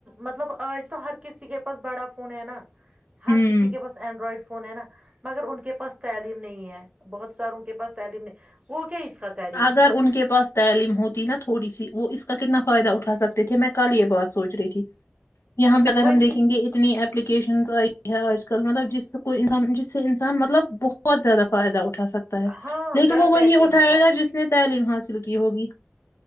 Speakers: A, on the right (about 25°); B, on the left (about 85°).
A: مطلب آج تو ہر کسی کے پاس بڑا پنین ہر
B: ہوں
A: کسی کے پاس اینڈرائڈ فون ہے نا مگر ان کے پاس تعلیم نہیں ہے بہت سارا ان کے پاس تعلیم نہیں وہ کیا اس کا کریں
B: اگر
A: گی
B: ان کے پاس تعلیم ہوتی نا تھوڑی سی وہ اس کا کتنا فائدہ اٹھا سکتے تھے میں کل یہ بات سوچ رہی تھی یہاں پہ اگر
A: وہی
B: ہم دیکھیں گے اتنی اپلیکیشنس آئی ہیں آج کل مطلب جس سے کوئی انسان جس سے انسان مطلب بہت زیادہ فائدہ اٹھا اٹھا سکتا ہے
A: ہاں
B: لیکن
A: گھر
B: وہی
A: بیٹھے
B: اٹھائے
A: انسان
B: گا تعلیم حاصل کی ہوگی